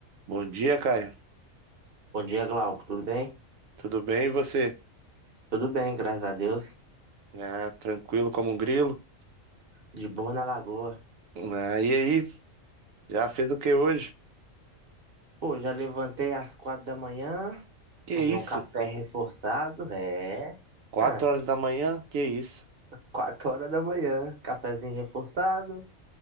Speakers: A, on the right (about 85°); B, on the right (about 45°).
A: Bom dia, Caio.
B: Bom dia, Glauco. Tudo bem?
A: Tudo bem e você?
B: Tudo bem, graças a Deus.
A: Ah, tranquilo como um grilo.
B: De boa na lagoa.
A: Ah, e aí? Já fez o que hoje?
B: Pô, já levantei às quatro da manhã,
A: Que
B: tomei
A: isso?
B: um café reforçado. É.
A: Quatro
B: Hã,
A: horas da manhã? Que isso?
B: Quatro horas da manhã, cafezinho reforçado,